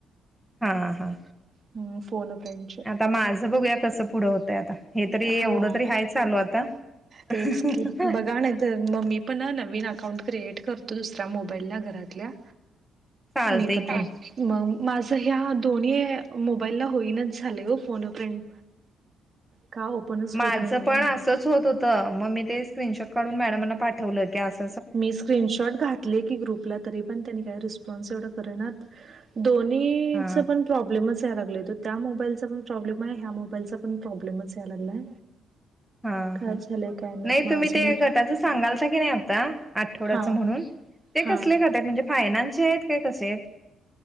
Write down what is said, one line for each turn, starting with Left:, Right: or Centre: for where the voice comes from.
Centre: हा हा.
Right: हम्म फोन फ्रेंडचे
Centre: आता माझं बघूया कसं पुढं होतय आता हे तरी एवढं
Right: हा
Centre: तरी हय चालू आता.
Right: तेच
Centre: <inaudible>
Right: की बघा नाही तर मग मी पण नवीन अकाउंट क्रिएट करतो दुसऱ्या मोबाईलला घरातल्या
Centre: चालतंय
Right: मी पण
Centre: की
Right: मग माझ ह्या दोन्ही मोबाईलला होईनच झाले हो फोनफ्रेंड का हो? पूर्णच
Centre: माझं
Right: होत नाहीे
Centre: पण असंच
Right: मग.
Centre: होत होत मग मी ते स्क्रीनशॉट काढून मॅडमना पाठवल की आस
Right: मी स्क्रीनशॉट घातले की ग्रुपला तरी पण त्यांनी काही रिस्पॉन्स एवढं करनात. दोन्ही
Centre: हा
Right: च पण प्रॉब्लेमच याय लागय त्या मोबाईलचा पण प्रॉब्लेम आहे ह्या मोबाईलचा पण प्रॉब्मच याय लागलाय.
Centre: हा
Right: काय
Centre: हा
Right: झालंय काय माहित
Centre: नाही
Right: मग
Centre: तुम्ही
Right: अजून
Centre: ते
Right: एक
Centre: गटातच सांगालता की नाही आता आठवड्याच
Right: हा
Centre: म्हणून ते
Right: हा
Centre: कसले गट आहेत फायनान्सचे हे ते कसे हेत?